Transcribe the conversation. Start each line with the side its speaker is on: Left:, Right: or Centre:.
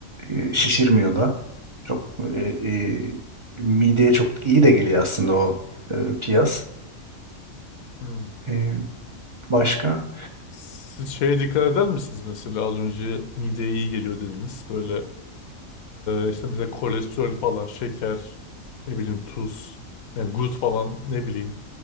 Right: E, şişirmiyor
Left: Hı hı,
Right: da. Çok böyle e, mideye çok iyi de geliyor aslında o e, piyaz.
Left: hı.
Right: E, başka?
Left: Siz şeye dikkat eder misiniz mesela az önce mideye iyi geliyor dediniz. Böyle e, işte mesela kolesterol falan, şeker, ne bileyim tuz, yani gut falan ne bileyim.